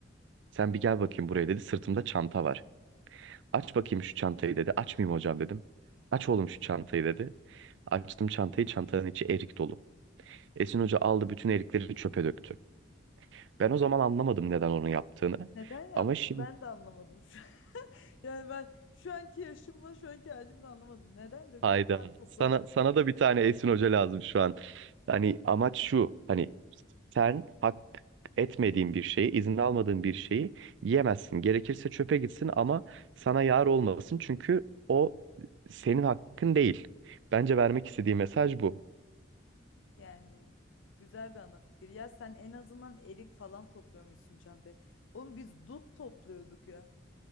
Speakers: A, on the right; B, on the left.
A: Sen bir gel bakayım buraya dedi. Sırtımda çanta var. Aç bakayım şu çantayı dedi. Açmayayım hocam dedim. Aç oğlum şu çantayı dedi. Açtım çantayı. Çantanın içi erik dolu. Esin hoca aldı bütün erikleri çöpe döktü. Ben o zaman anlamadım neden onu yaptığını.
B: Neden yaptı?
A: Ama şimdi.
B: Ben de anlamadım. şu an. <laughs> Yani ben şu anki yaşımla şu anki halimle anlamadım. Neden döktüm?
A: Hayda.
B: Bir daha toplamadım.
A: Sana sana da bir tane Esin Hoca lazım şu an. Hani amaç şu. Hani sen hak etmediğin bir şeyi, izin almadığın bir şeyi yemezsin. Gerekirse çöpe gitsin ama sana yar olmasın. Çünkü o senin hakkın değil. Bence vermek istediği mesaj bu.
B: Yani güzel bir ana fikir. Ya sen en azından erik falan topluyormuşsun çantaya. Oğlum biz dut topluyorduk ya.